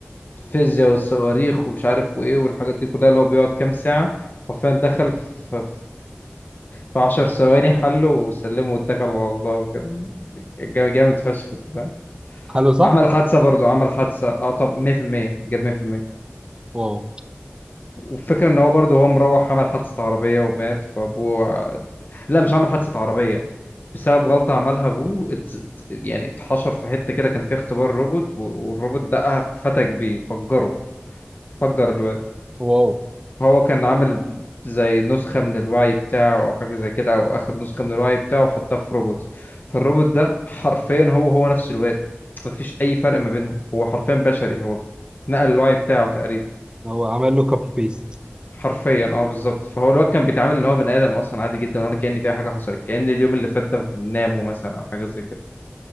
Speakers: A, on the left; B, on the right.
A: الفيزياء والصواريخ ومش عارف وايه والحاجات دي كلها اللي هو بيقعد كام ساعة حرفيا دخل في في 10 ثواني حله وسلمه واتكل على الله وكده جامد جامد فشخ انت فاهم
B: حلو صح
A: عمل حادثة برضه عمل حادثة اه طب 100% جاب 100%
B: واو
A: والفكرة ان هو برضه هو مروح عمل حادثة عربية ومات فابوه لا مش عامل حادثة عربية بسبب غلطة عملها أبوه اتز- ات- يعني اتحشر في حتة كده كان فيها اختبار روبوت و- والروبوت دقها فتك بيه فجره فجر الواد
B: واو
A: هو كان عامل زي نسخة من الوعي بتاعه أو حاجة زي كده أو أخد نسخة من الوعي بتاعه وحطها في روبوت فالروبوت ده حرفيا هو هو نفس الواد مفيش أي فرق ما بينهم هو حرفيا بشري هو نقل الوعي بتاعه تقريبا
B: هو عمل له كوبي بيست
A: حرفيا اه بالظبط فهو الواد كان بيتعامل اللي هو بني ادم اصلا عادي جدا وانا كأن في أي حاجه حصلت كأن اليوم اللي فات ده ممكن ناموا مثلا او حاجه زي كده